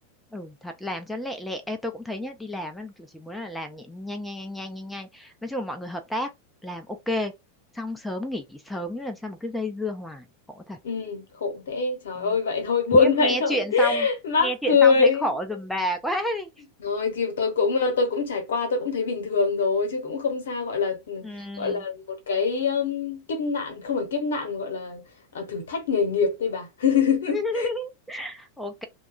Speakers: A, in the centre; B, on the left.
A: Ừ thật làm cho lẹ lẹ Ê, tôi cũng thấy nhá đi làm á, kiểu chỉ muốn là làm nhẹ- nhanh nhanh nhanh nhanh nhanh nhanh nói chung là mọi người hợp tác làm ok xong sớm nghỉ sớm chứ làm sao mà cứ dây dưa hoài khổ thật
B: Ừ, khổ thế, trời
A: Ừ.
B: ơi vậy thôi, <laughs> buồn
A: Khiếp
B: vậy
A: nghe
B: thôi
A: chuyện xong
B: <laughs> mắc
A: nghe chuyện
B: cười
A: xong thấy khổ giùm bà quá đi
B: Rồi thì tôi cũng ờ, tôi cũng trải qua tôi cũng thấy bình thường rồi chứ cũng không sao gọi là ừ,
A: ừ
B: gọi là một cái um, kiếp nạn không phải kiếp nạn mà gọi là ờ, thử thách nghề nghiệp thôi bà. <laughs>
A: <laughs> ok